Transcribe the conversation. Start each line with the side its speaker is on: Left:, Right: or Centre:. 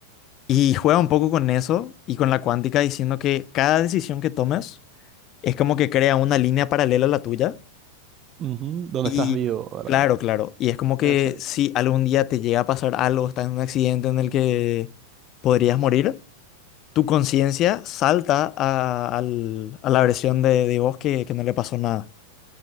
Left: Y juega un poco con eso y con la cuántica diciendo que cada decisión que tomes es como que crea una línea paralela a la tuya.
Right: Ujú, dónde
Left: Y
Right: estás vivo, ¿verdad?
Left: claro, claro. Y es como que
Right: Exacto.
Left: si algún día te llega a pasar algo, estás en un accidente en el que podrías morir, tu conciencia salta a, al- a la versión de, de vos que, que no le pasó nada.